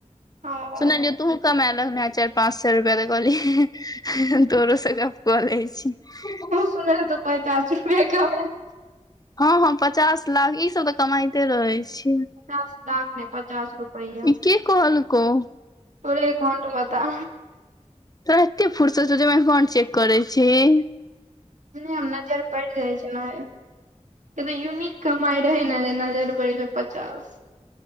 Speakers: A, on the right (about 85°); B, on the left (about 30°).
A: ओ।
B: सुनलियौ तुहु कमए लगला चारि पाँंच सा रुपआ तऽ कहलिय तोरो से गप कऽ लै छी। ह
A: सुनलूआ तू पचास रुपआ क ह
B: हँ हम पचास लाख ई सब तऽ कमाते रहे छी।
A: पचास लाख नै पचास रुपैया।
B: ई के कहलकौ
A: तोरे एकाउंट बता
B: तोरा एते फुर्सत छौ जे हमर एकाउंट चेक करै छीही।
A: हम नजर पड़ि जाइ छै ने से तऽ यूनिक कमाइ रहै ने नजर पड़ छै पचास।